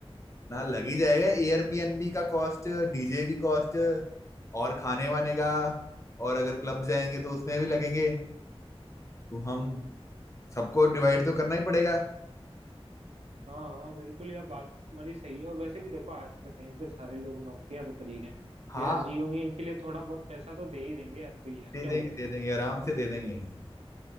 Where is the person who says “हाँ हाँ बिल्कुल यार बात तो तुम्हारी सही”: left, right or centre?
Right